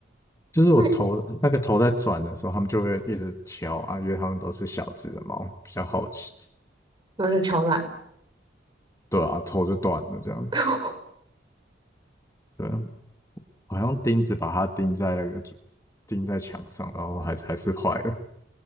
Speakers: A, on the left; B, on the right.
A: 就是我头那个头在转的时候，
B: 那
A: 他们就会一直敲啊，因为他们都是小只的猫，比较好奇。
B: 然后就敲烂。
A: 对啊，头就断了这样子。
B: <laughs>
A: 对啊，我还用钉子把它钉在那个钉在墙上，然后还是还是坏了。